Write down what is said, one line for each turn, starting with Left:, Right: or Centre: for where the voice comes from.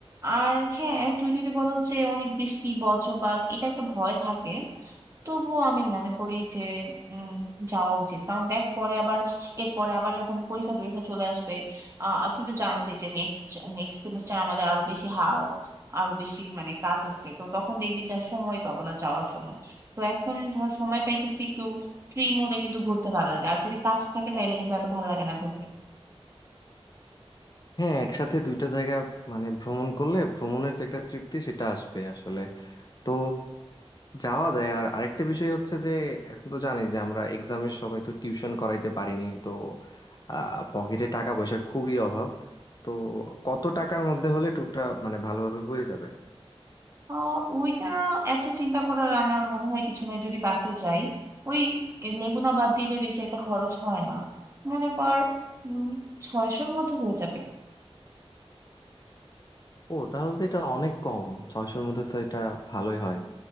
Right: আর হ্যাঁ তুই যদি বলো যে অনেক বৃষ্টি বজ্রপাত এটা একটা ভয় থাকে তবুও আমি মনে করি যে উম, যাওয়া উচিত কারণ দেখ পরে আবার এরপরে আবার যখন পরীক্ষা টরীক্ষা চলে আসবে আহ আর তুই তো জানাস যে নেক্সট নেক্সট সেমিস্টার আমাদের আরো বেশি হার আরো বেশি মানে কাজ আছে তো তখন দেখবি যে আর সময় পাবো না যাওয়ার জন্য তো এখন ধর সময় পাইতেছি একটু ফ্রি মুডে কিন্তু ঘুরতে ভালো লাগে আর যদি কাজ থাকে তাইলে কিন্তু এত ভালো লাগে না ঘুরতে
Left: হ্যাঁ একসাথে দুইটা জায়গা মানে ভ্রমণ করলে ভ্রমণের যে একটা তৃপ্তি সেটা আসবে আসলে তো যাওয়া যায় আর আরেকটা বিষয় হচ্ছে যে এখন তো জানি যে আমরা এক্সামের সময় তো টিউশন করাইতে পারিনি তো আহ পকেটে টাকা পয়সার খুবই অভাব তো কত টাকার মধ্যে হলে ট্যুরটা মানে ভালোভাবে হয়ে যাবে
Right: আহ ওইটা এত চিন্তা করার আমার মনে হয় কিছু নয় যদি বাসে যাই ওই লেগুনা বাদ দিলে বেশি একটা খরচ হয় না মনে কর উম ছয়শোর মধ্যে হয়ে যাবে
Left: ও তাহলে তো এটা অনেক কম ছয়শোর মধ্যে তো এটা ভালোই হয়